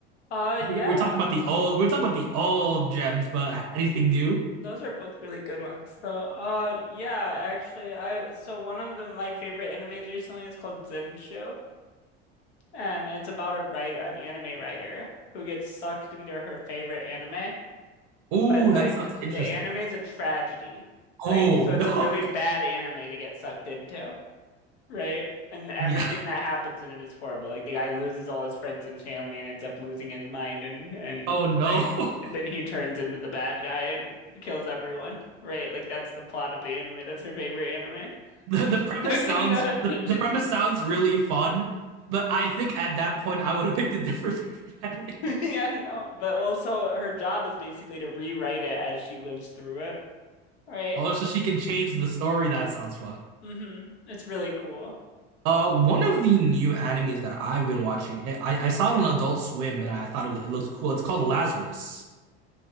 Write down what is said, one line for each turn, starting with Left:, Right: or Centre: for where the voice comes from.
Left: Uh, yeah.
Right: We're, we're talking about the old. We're talking about the old gems, but anything new?
Left: Those are both really good ones, though. Uh, yeah, actually, I so one of the, my favorite animes recently is called Zenshou, and it's about a write an anime writer who gets sucked into her favorite anime,
Right: Oh,
Left: but like
Right: that sounds interesting.
Left: the anime is a tragedy, right?
Right: Oh
Left: So it's
Right: no.
Left: a really
Right: <laughs>
Left: bad anime to get sucked into right? And everything
Right: Yeah.
Left: that happens in it is horrible. Like the guy loses all his friends and family and ends up losing his mind and and
Right: Oh no.
Left: like
Right: <laughs>
Left: then he turns into the bad guy and kills everyone, right? Like that's the plot of the anime. That's her favorite anime.
Right: The,
Left: So
Right: the
Left: she
Right: premise
Left: dug
Right: sounds
Left: into
Right: the,
Left: <laughs>
Right: the premise sounds really fun, but I think at that point I would have picked a different favorite anime. <laughs>
Left: Yeah, no. But also her job is basically to rewrite it as she lives through it, right?
Right: Oh, so she can change the story. That sounds fun.
Left: hmm It's really cool.
Right: Uh, one of the new animes that I've been watching, eh, I, I saw it on Adult Swim and I thought it, was, it looked cool. It's called Lazarus.